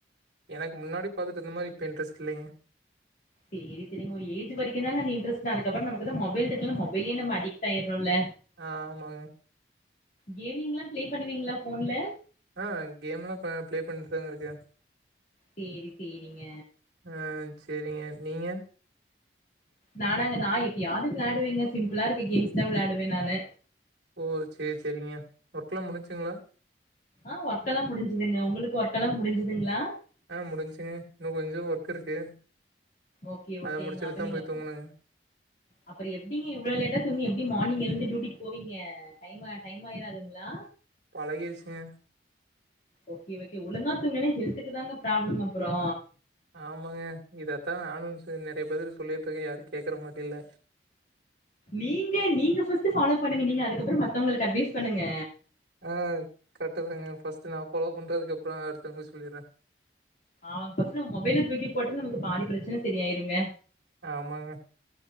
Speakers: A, on the right; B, on the left.
A: எனக்கு முன்னாடி பாத்துட்டுருந்த மாதிரி இப்ப இன்ட்ரஸ்ட் இல்லைங்க
B: சேரி செரிங்க ஒரு ஏஜ் வரைக்குந்தாங்க அந்த இன்டரெ்ஸ்ட் அதுப்பறோ நமக்குதா மொமபைல் இருக்குல்ல மொபைலே நம்ம அடிக்ட்டாயிறோல்ல
A: ஆ ஆமாங்க
B: கேமிங்லா பிளே பண்ணுவீங்ளா ஃபோன்ல
A: ஆ கேம்லா அ பிளே பண்ட்டுதாங்க இருக்கே
B: சேரி சேரிங்க
A: ஆ சேரிங்க நீங்க
B: நானாங்க நா எப்பயாவது வெள்ளாடுவேங்க சிம்பிளா இருக்க கேம்ஸ் தா வெள்ளாடுவே நானு
A: ஓ சேரி சேரிங்க ஒர்க்லா முடிஞ்சுங்களா
B: ஆ ஒர்க்கெல்லா முடிஞ்சதுங்க உங்களுக்கு ஒர்க்ல்லா முடிஞ்சுதுங்களா
A: ஆ முடிஞ்சுங்க இன்னு கொஞ்ச ஒர்க் இருக்கு
B: ஓகே ஓகேங்க
A: அத முடிச்சுட்டு
B: அப்ப
A: தா
B: நீங்க
A: போய் தூங்கணுங்க
B: அப்பறோ எப்பிடிங்க இவ்ளோ லேட்டா தூங்கி எப்டி மார்னிங் எழுந்து டூட்டிக்கி போவீங்க அ டைம டைமாயிராதுங்ளா
A: பழகிருச்சுங்க
B: ஓகே ஓகே ஒழுங்கா துங்கலனா ஹெல்த்துக்கு தாங்க ப்ராப்ளோ அப்றோ
A: ஆமாங்க இதத்தா நானு நறைய பேருக்கு சொல்லிட்ருக்கே யாரு கேக்கற மாரில்ல
B: நீங்க நீங்க ஃபஸ்ட் ஃபாலோ பண்ணுங்க நீங்க அதுக்கப்பறோ மத்தவங்களுக்கு அட்வைஸ் பண்ணுங்க
A: ஆ கரெட்டுதாங்க ஃபஸ்ட் நா ஃபாலோ பண்றதுக்கப்பறோ அடுத்தவங்களுக்கு சொல்லிட்றே
B: அவங்கொசரோ மொபைல்ல தூக்கி போட்டுன்னு நமக்கு பாதி பிரச்சன சரியாயிருங்க
A: ஆமாங்க